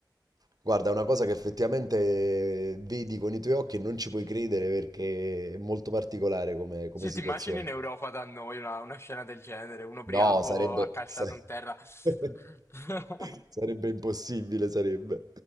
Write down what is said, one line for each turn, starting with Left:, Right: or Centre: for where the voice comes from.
Right: Guarda, è una cosa che effettivamente vedi con i tuoi occhi e non ci puoi credere perché è molto particolare come, come
Left: Se
Right: situazione.
Left: ti immagini in Europa da noi una, una scena del genere, un ubriaco
Right: No, sarebbe,
Left: accasciato
Right: sa-
Left: in terra. <laughs>
Right: <laughs> sarebbe impossibile, sarebbe.